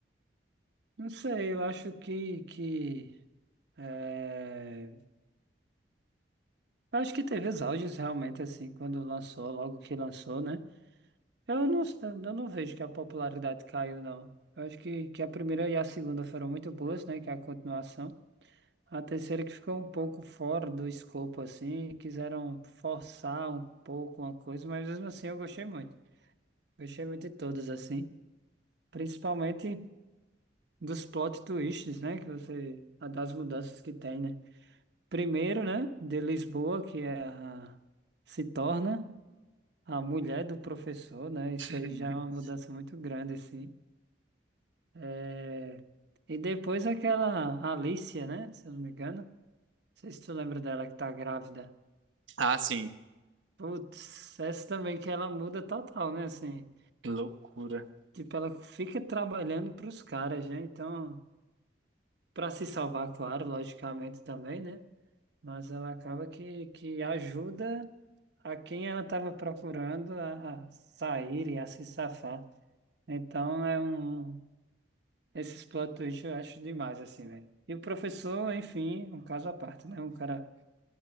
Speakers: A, on the right; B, on the right.
A: Não sei, eu acho que, que é, eu acho que teve os auges realmente, assim, quando lançou, logo que lançou, né? Eu não, eu não vejo que a popularidade caiu, não. Eu acho que, que a primeira e a segunda foram muito boas, né? Que é a continuação. A terceira que ficou um pouco fora do escopo, assim, quiseram forçar um pouco uma coisa, mas mesmo assim eu gostei muito. Gostei muito de todas, assim. Principalmente dos plot twists, né? Que você. a Das mudanças que tem, né? Primeiro, né? De Lisboa, que é a, se torna a mulher do professor, né? Isso
B: <laughs>
A: aí já é uma mudança muito grande, assim. É, E depois aquela Alicia, né? Se eu não me engano. Não sei se tu lembra dela que tá grávida.
B: Ah, sim,
A: Putz, essa também que ela muda total, né? Assim,
B: que loucura.
A: tipo, ela fica trabalhando pros caras, né? Então, pra se salvar, claro, logicamente também, né? Mas ela acaba que, que ajuda a quem ela tava procurando a, a sair e a se safar. Então, é um. Esses plot twists eu acho demais, assim, velho. E o professor, enfim, um caso à parte, né? Um cara